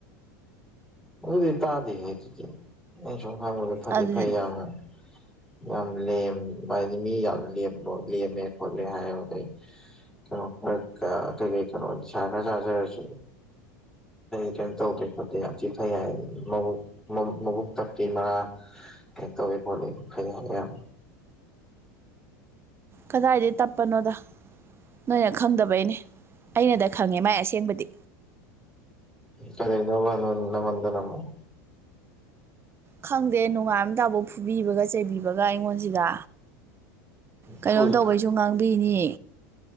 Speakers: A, in the centre; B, on the right.
A: ꯑꯗꯨꯗꯤ ꯇꯥꯗꯦ ꯍ‌ꯦ ꯑꯗꯨꯗꯤ ꯑꯩꯅ ꯁꯨꯝ ꯈꯪꯕꯗꯤ ꯐꯗꯤ
B: ꯑꯗꯨ
A: ꯐꯩ ꯌꯥꯝꯅ꯫ ꯌꯥꯝ ꯂ‌ꯦꯝꯕ ꯃꯤ ꯌꯥꯝ ꯂ‌ꯦꯝꯃ‌ꯦ ꯈꯣꯠꯂꯦ ꯍꯥꯏꯌ‌ꯦ ꯇꯥꯢ꯫ ꯀꯩꯅꯣ ꯈꯔ ꯀꯩꯀꯩ ꯀꯩꯅꯣ ꯅꯤꯁꯥꯥ ꯈꯔ ꯆꯥꯖꯔꯁꯨ꯫ ꯀꯩꯝ ꯇꯧꯗꯦ ꯈꫭꯠꯇ‌ꯦ ꯌꯥꯝꯊꯤꯅ ꯐꯩꯌ‌ꯦ ꯍꯥꯏ ꯃꯕꯨ꯫ ꯃꯕꯨ ꯃꯕꯨꯛ ꯇꯞꯄꯤ ꯃꯥ ꯀꯩꯅ ꯇꯧꯋꯤ ꯈꯣꯠꯂꯤ ꯐꯩ ꯍꯥꯏ ꯌꯥꯝ
B: ꯀꯗꯥꯏꯗꯩ ꯇꯞꯄꯅꯣꯗ ꯅꯣꯏꯅ ꯈꯪꯗꯕꯩꯅꯦ ꯑꯩꯅꯗ ꯈꯪꯉꯦ ꯃꯥꯏ ꯑꯁꯦꯡꯕꯗꯤ
A: ꯀꯩꯗꫭꯏꯅꫭꯕ ꯅꯪꯉꯣꯡꯗꯅ ꯑꯃꫭꯛ꯫
B: ꯈꯪꯗꯦ ꯅꯣꯉꯥꯟꯕꯗꯩ ꯅꯨꯃꯤꯠꯇꯥꯐꯥꯎ ꯐꯨꯕꯤꯕꯒ ꯆꯩꯕꯤꯕꯒ ꯑꯩꯉꯣꯟꯁꯤꯗ ꯀꯩꯅꯣꯝ
A: ꯐꯨꯁꯨ
B: ꯇꯧꯕꯩꯁꯨ ꯉꯥꯡꯕꯤꯅꯤ